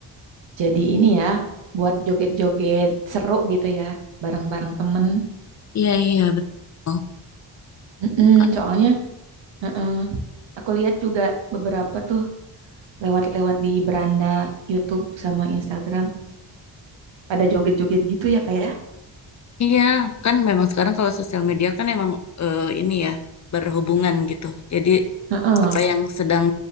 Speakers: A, on the right; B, on the left.
A: Jadi ini ya buat joget-joget seru gitu ya bareng-bareng temen.
B: Iya iya betul.
A: Mm-mm,
B: Kan,
A: soalnya mm-mm. Aku lihat juga beberapa tuh lewat-lewat di beranda YouTube sama Instagram pada joget-joget gitu ya Kak ya.
B: iya kan memang sekarang kalau sosial media kan emang eh, ini ya berhubungan gitu. Jadi
A: Heeh.
B: apa yang sedang